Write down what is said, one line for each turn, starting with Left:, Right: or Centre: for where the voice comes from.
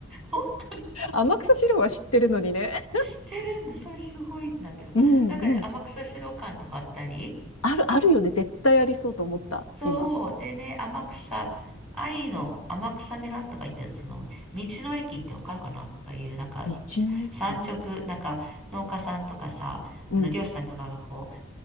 Centre: <laughs> 本当
Left: 天草四郎は知ってるのにね。
Centre: 知ってるんだ。それすごいんだけど。
Left: うんうん。
Centre: なんかね、天草資料館とかあったり。
Left: ある、あるよね。絶対ありそうと思った。
Centre: そう。
Left: 今。
Centre: でね、天草、愛の天草村とか言ってる、その、道の駅ってわかるかなとかいう、なんか、
Left: 道の駅。
Centre: 産直、なんか、農家さんとかさ、
Left: うん。
Centre: あの、漁師さんとかがこ